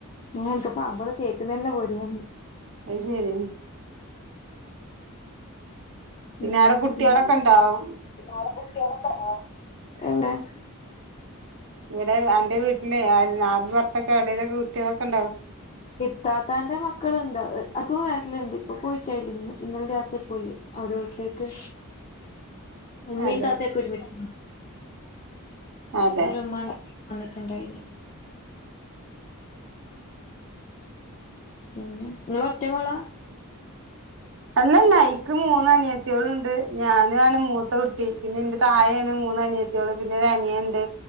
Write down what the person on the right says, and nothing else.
അത് ശരിയ പിന്നെ
അവിടെ കുട്ടികളൊക്കെ
ഉണ്ടാവും
ഇവിടെ എന്റെ വീട്ടിലെ നാല് പുറത്തൊക്കെ എവിടേലൊക്കെ കുട്ടികളൊക്കെ ഉണ്ടാവോ
അതെ
അതെ
അല്ല നൈക്ക് മൂന്ന അനിയത്തിയോള ഉണ്ട് ഞാന ആന മൂത്ത വിട്ട ട്ട പിന്നെ എന്റെ താഴയാണ് മൂന്ന അനിയത്തികള് പിന്നെ രനിയ ഉണ്ട്